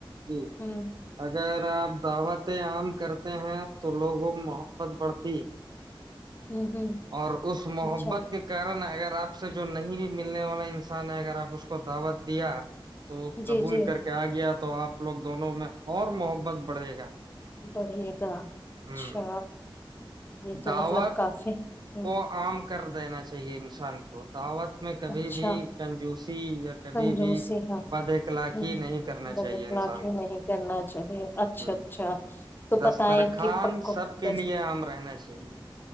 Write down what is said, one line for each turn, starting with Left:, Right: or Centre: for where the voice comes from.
Right: جی
Left: ہوں
Right: اگر آپ دعوتیں عام کرتے ہیں تو لوگوں محبت بڑھتی
Left: ہوں ہوں
Right: اور اس محبت
Left: اچھا
Right: کے کارن اگر آپ سے جو نہیں بھی ملنے والا انسان ہے اگر آپ اس کو کو دعوت دیا تو اس
Left: جی
Right: قبول
Left: جی
Right: کر کے آ گیا تو آپ لوگ دونوں میں اور محبت بڑھے گا
Left: بڑھے گا اچھا
Right: ہوں
Left: یہ تو
Right: دعوت
Left: مطلب کافی ہ
Right: کو آم کر دینا چاہیے شان کو دعوت میں کبھی
Left: اچھا
Right: بھی کنجوس یا کبھی
Left: کنجوسی
Right: بھی
Left: ہاں
Right: بد اخلاقی
Left: ہوں ہوں،
Right: نہیں کرنا
Left: بد
Right: چاہیے
Left: اخلاقی
Right: انسان
Left: نہیں
Right: کو
Left: کرنا چاہیے اچھا
Right: ہ
Left: اچھا تو
Right: دسترخان
Left: بتائیں کہ پک
Right: سب کے
Left: دست
Right: لیے عام رہنا چاہیے